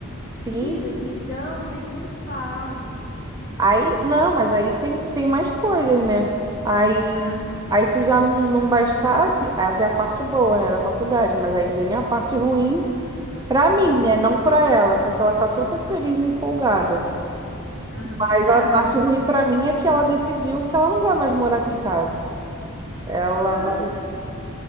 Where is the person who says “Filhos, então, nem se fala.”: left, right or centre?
Left